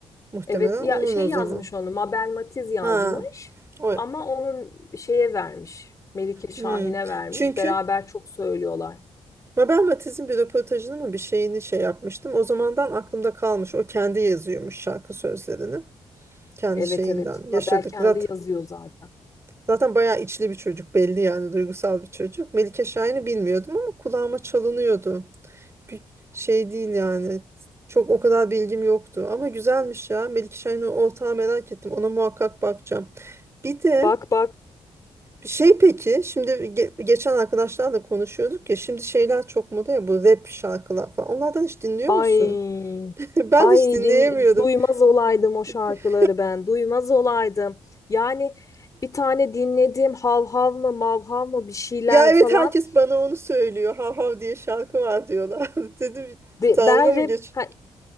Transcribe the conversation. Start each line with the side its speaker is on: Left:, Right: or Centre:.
Right: Muhtemelen
Left: Evet ya
Right: onun
Left: şey
Right: o zaman.
Left: yazmış onu Mabel Matiz yazmış
Right: Ha. O.
Left: ama onu şeye vermiş Melike Şahin'e
Right: Hmm.
Left: vermiş
Right: Çünkü
Left: beraber çok söylüyorlar.
Right: Mabel Matiz'in bir röportajını mı bir şeyini şey yapmıştım. O zamandan aklımda kalmış. O kendi yazıyormuş şarkı sözlerini. Kendi
Left: Evet
Right: şeyinden
Left: evet Mabel
Right: yaşadık.
Left: kendi
Right: Zaten,
Left: yazıyor zaten.
Right: zaten bayağı içli bir çocuk belli yani duygusal bir çocuk. Melike Şahin'i bilmiyordum ama kulağıma çalınıyordu. Bir şey değil yani. Çok o kadar bilgim yoktu ama güzelmiş ya. Melike Şahin'in ortağı merak ettim. Ona muhakkak bakacağım. Bir de
Left: Bak bak
Right: Şey peki şimdi ge- geçen arkadaşlarla konuşuyorduk ya şimdi şeyler çok moda ya bu rap şarkılar falan. Onlardan hiç dinliyor
Left: ay
Right: musun? <laughs> Ben
Left: ay
Right: hiç dinleyemiyorum.
Left: din duymaz olaydım o şarkıları
Right: <laughs>
Left: ben duymaz olaydım. Yani bir tane dinlediğim hav hav mı mav hav mı bir şeyler
Right: Ya evet
Left: falan.
Right: herkes bana onu söylüyor. Hav hav diye şarkı var diyorlar. <laughs> Dedim
Left: De,
Right: dalga
Left: ben
Right: mı
Left: rap
Right: geç?
Left: ha,